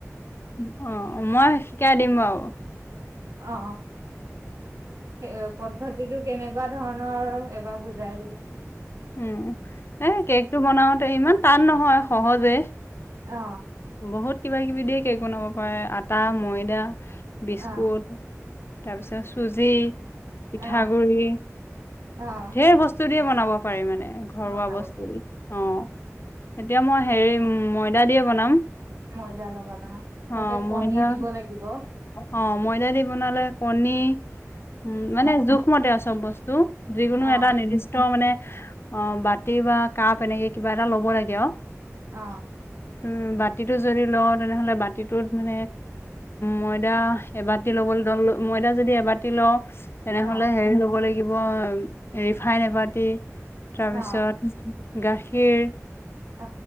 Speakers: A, on the left (about 45°); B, on the right (about 70°).
A: উম অ। অ মই শিকাই দিম বাৰু।
B: অ অ এ পদ্ধতিটো কেনেকুৱা ধৰণৰ। নৰ আৰু এবাৰ বুজাই দিবা।
A: উম হে কেকটো বনাও। ইমান টান নহয় সহজে।
B: অ।
A: বহুত কিবা কিবি দিয়ে কেক বনাব পাৰে আটা, ময়দা। বিস্কুট।
B: অ'
A: তাৰপিছত চুজি। পিঠাগুৰি
B: অ' অ'
A: ধেৰ বস্তু দিয়ে। বনাব পাৰি মানে। ঘৰুৱা
B: বনাব
A: বস্তু
B: পাৰি
A: দি অ। এতিয়া মই হেৰি ময়দা দিয়ে। বনাম।
B: ময়দাৰ লগত
A: অ
B: তাতে কণী
A: ময়দা
B: দিব লাগিব অ
A: অ ময়দা দি বনালে কণী উম মানে জোখ। মতে চব বস্তু। যিকোনো
B: অ
A: এটা নিৰ্দিষ্ট মানে। অ বাতি বা কাপ এনেকে কিবা এটা ল'ব লাগে আৰু।
B: অ।
A: উম বাতিটো যদি লওঁ তেনেহ'লে বাতিটোত মানে ময়দা এবাতি ল'বলৈ ময়দা যদি এবাতি লও। তেনেহলে
B: অ
A: হেৰি ল'ব লাগিব। লাগিব ৰিফাইন এবাতি। তাৰপিছত।
B: অ
A: গাখীৰ।
B: অ